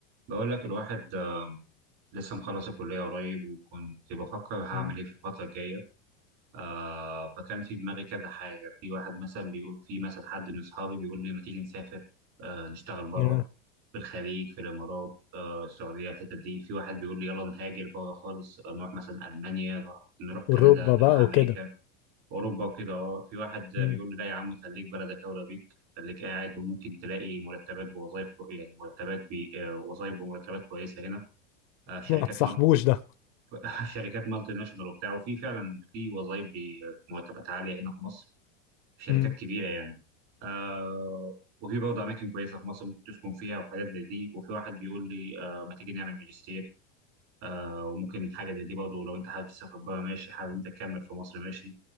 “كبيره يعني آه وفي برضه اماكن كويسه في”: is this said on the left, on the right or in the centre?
Right